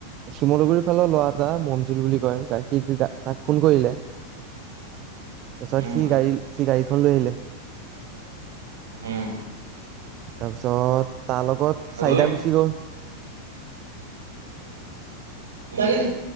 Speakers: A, on the right; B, on the right.
A: শিমলুগুৰি ফালৰ লৰা এটা মঞজিল বুলি কয়, সি তাক ফোন কৰিলে। তাৰপিছত
B: উম,
A: সি গাড়ী সি গাড়ীখন লৈ আহিলে
B: উম,
A: তাৰপিছত তাৰ লগত
B: হৈ
A: চাৰিটা
B: নে?
A: গুছি গ'ল।
B: লাগে নি?